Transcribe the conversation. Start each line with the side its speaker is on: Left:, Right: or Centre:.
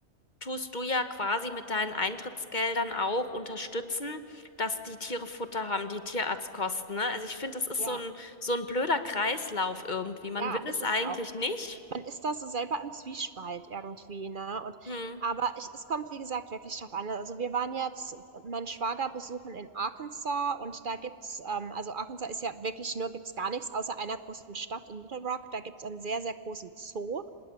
Left: tust du ja quasi mit deinen Eintrittsgeldern auch unterstützen, dass die Tiere Futter haben, die Tierarztkosten, ne? Also ich finde, das ist
Right: Ja,
Left: so ein, so ein blöder Kreislauf irgendwie. Man
Right: ja,
Left: will
Right: ist
Left: es
Right: es
Left: eigentlich
Right: auch.
Left: nicht.
Right: Man ist da so selber im Zwiespalt irgendwie, ne? Und
Left: Hm.
Right: aber ich es kommt, wie gesagt, wirklich drauf an. Also wir waren jetzt mein Schwager besuchen in Arkansas und da gibt's, ähm, also Arkansas ist ja wirklich nur, gibt's gar nichts außer einer großen Stadt in Little Rock. Da gibt's einen sehr, sehr großen Zoo.